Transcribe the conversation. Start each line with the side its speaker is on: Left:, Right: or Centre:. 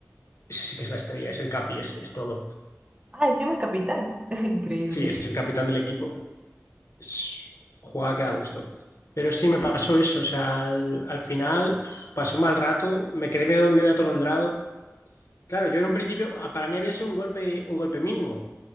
Left: ese sí que es la estrella, es el capi, es, es todo.
Right: Ah, encima es capitán. <laughs> Increíble.
Left: Sí, es el capitán del equipo. es- jugaba que da gusto. Pero sí me pasó eso, o sea, al, al final pf, pasó un mal rato, me quedé medio, medio atolondrado. Claro, yo en un principio, a- para mí había sido un golpe, un golpe mínimo.